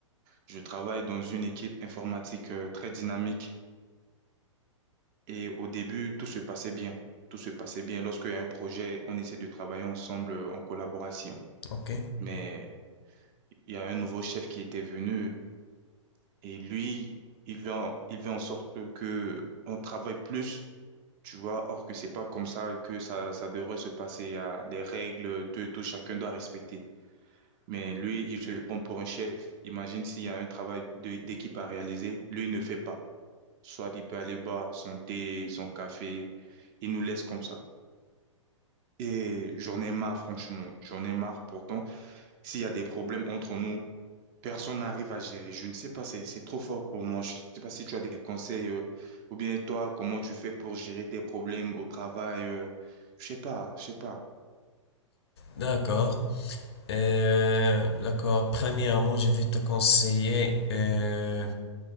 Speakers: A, on the right; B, on the left.
A: je travaille dans une équipe informatique euh, très dynamique. Et au début, tout se passait bien. Tout se passait bien. Lorsqu'il y a un projet, on essaie de travailler ensemble euh, en collaboration.
B: ok?
A: Mais il y a un nouveau chef qui était venu et lui, il veut en, il veut en sorte que on travaille plus, tu vois. Or que c'est pas comme ça que ça, ça devrait se passer. Il y a les règles, tout, et tout, chacun doit respecter. Mais lui, il se prend pour un chef. Imagine s'il y a un travail de- d'équipe à réaliser, lui il ne fait pas. Soit il peut aller boire son thé, son café, il nous laisse comme ça. Et j'en ai marre, franchement. J'en ai marre. Pourtant, s'il y a des problèmes entre nous, personne n'arrive à gérer. Je ne sais pas, c'est, c'est trop fort pour moi. Je ne sais pas si tu as des conseils, euh, ou bien toi, comment tu fais pour gérer tes problèmes au travail. euh, je sais pas, je sais pas.
B: D'accord. Euh, d'accord. Premièrement, je vais te conseiller euh,